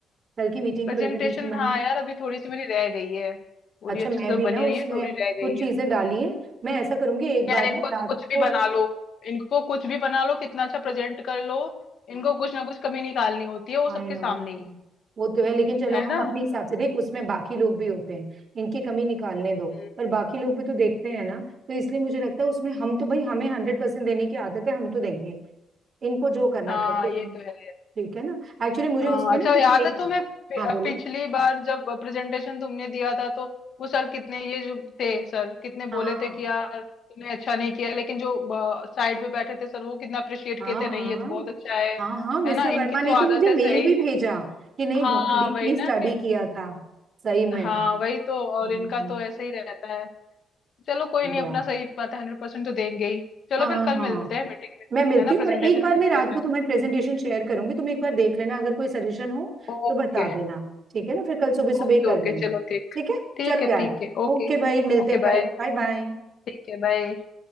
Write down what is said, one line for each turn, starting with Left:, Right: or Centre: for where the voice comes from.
Right: कल की मीटिंग
Left: प्रेजेंटेशन
Right: की प्रेजेंटेशन बन
Left: हाँ यार अभी थोड़ी सी मेरी रह गई है पूरी
Right: अच्छा
Left: अच्छी
Right: मैं
Left: से तो
Right: भी ना
Left: बनी नहीं
Right: उसमें
Left: है थोड़ी रह
Right: कुछ
Left: गई
Right: चीजें
Left: है
Right: डाली हैं मैं ऐसा करूंगी एक बार
Left: यार इनको
Right: ना रात
Left: तो कुछ भी
Right: को
Left: बना लो इनको कुछ भी बना लो कितना अच्छा प्रेजेंट कर लो इनको कुछ ना कुछ कमी निकालनी होती है वो
Right: I
Left: सबके
Right: know
Left: सामने ही
Right: वो तो है लेकिन चलो
Left: है
Right: हम
Left: ना
Right: अपने हिसाब से देख उसमें बाकी लोग भी होते हैं इनकी कमी निकालने दो
Left: हम्म,
Right: पर बाकी लोग भी तो देखते हैं ना तो इसलिए मुझे लगता है उसमें हम तो भाई हमें हंड्रेड परसेंट देने की आदत है हम तो देंगे इनको जो करना
Left: हाँ
Right: करते रहे
Left: ये तो है
Right: ठीक है ना एक्चुअली मुझे
Left: हाँ
Right: उसमें
Left: अच्छा
Right: ना कुछ
Left: याद
Right: एक
Left: है तुम्हें पि-
Right: हाँ बोलो
Left: पिछली बार जब प्रेजेंटेशन तुमने दिया था तो वो सर कितने ये जो थे सर कितने बोले
Right: हाँ
Left: थे कि यार तुमने अच्छा नहीं किया लेकिन जो साइड पे बैठे थे सर वो कितना अप्रिशिएट
Right: हाँ
Left: किए थे
Right: हाँ
Left: नहीं ये तो बहुत अच्छा है
Right: हाँ हाँ मिस्टर
Left: है ना
Right: वर्मा
Left: इनकी
Right: ने
Left: तो
Right: तो
Left: आदत
Right: मुझे
Left: है
Right: मेल
Left: सही
Right: भी भेजा
Left: <laughs>
Right: कि नहीं बहुत
Left: हाँ
Right: डीपली
Left: वही
Right: स्टडी
Left: ना कि
Right: किया था सही में
Left: हाँ वही तो
Right: हम्म,
Left: और इनका तो ऐसे ही रहता है चलो कोई
Right: यार
Left: नहीं अपना सही बात है हंड्रेड परसेंट तो देंगे ही चलो
Right: हाँ
Left: फिर कल
Right: हाँ
Left: मिलते हैं मीटिंग में
Right: मैं मिलती
Left: है ना प्रेजेंटेशन
Right: हूँ और एक बार
Left: में मिलते
Right: मैं रात
Left: हैं फिर
Right: को तुम्हारी प्रेजेंटेशन शेयर करूंगी तुम एक बार देख लेना अगर कोई सजेशन हो
Left: ओके
Right: तो बता देना ठीक है ना फिर कल सुबह सुबह
Left: ओके
Right: ही कर
Left: ओके
Right: लेंगे
Left: चलो ठीक
Right: ठीक है
Left: ठीक
Right: चलो
Left: है
Right: यार
Left: ठीक है ओके
Right: ओके भाई मिलते
Left: Okay
Right: हैं कल
Left: bye
Right: Bye bye
Left: ठीक है बाय